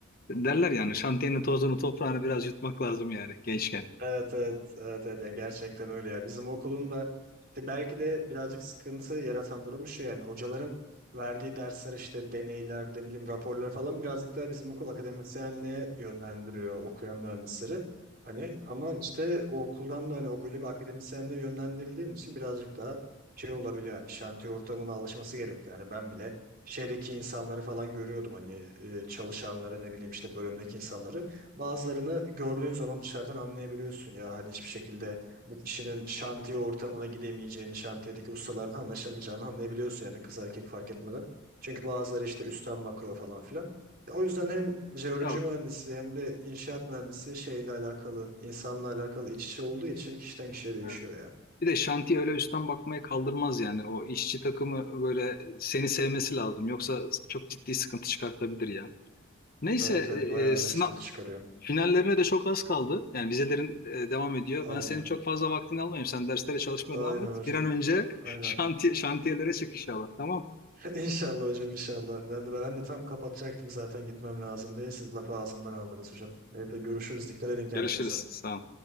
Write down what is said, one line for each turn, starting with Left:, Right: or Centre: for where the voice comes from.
Left: Derler yani şantiyenin tozunu toprağını biraz yutmak lazım yani gençken.
Right: Evet evet evet, evet ya gerçekten öyle ya bizim okulun da işte belki de birazcık sıkıntı yaratan durumu şey yani hocaların verdiği dersler işte deneyler de bilim raporları falan birazcık daha bizim okul akademisyenliğe yönlendiriyor okuyan mühendisleri. Hani ama işte o okuldan da hani o- öyle bir akademisyenliğe yönlendirildiğin için birazcık daha şey olabiliyor yani şantiye ortamına alışması gerekiyor. Yani ben bile şeydeki insanları falan görüyordum hani e, çalışanları ne bileyim işte bölümdeki insanları. Bazılarını gördüğün zaman dışarıdan anlayabiliyorsun ya hani hiçbir şekilde bu kişinin şantiye ortamına gidemeyeceğini, şantiyedeki ustalarla <laughs> anlaşamayacağını anlayabiliyorsun yani kız erkek fark etmeden. Çünkü bazıları işte üstten bakıyor falan filan. Ya o yüzden hem jeoloji
Left: Yok.
Right: mühendisi hem de inşaat mühendisi şeyle alakalı, insanla alakalı iç içe olduğu için kişiden kişiye değişiyor
Left: evet.
Right: ya.
Left: Bir de şantiye öyle üstten bakmaya kaldırmaz yani. O işçi takımı böyle seni sevmesi lazım. Yoksa çok ciddi sıkıntı çıkartabilir ya. Neyse,
Right: Evet
Left: e,
Right: evet bayağı
Left: e,
Right: öyle
Left: sına-
Right: sıkıntı çıkarıyor.
Left: Finallerine de çok az kaldı. Yani vizelerin e, devam ediyor.
Right: Aynen.
Left: Ben senin çok fazla vaktini almayayım. Sen derslere çalışmaya
Right: Aynen
Left: devam et.
Right: hocam.
Left: Bir an önce <laughs>
Right: Aynen.
Left: şantiye, şantiyelere çık inşallah. Tamam.
Right: <laughs> İnşallah hocam inşallah. Ben de, ben de tam kapatacaktım zaten gitmem lazım diye. Siz lafı ağzımdan aldınız hocam. Neyse görüşürüz. Dikkat edin kendinize.
Left: Görüşürüz. Sağ ol.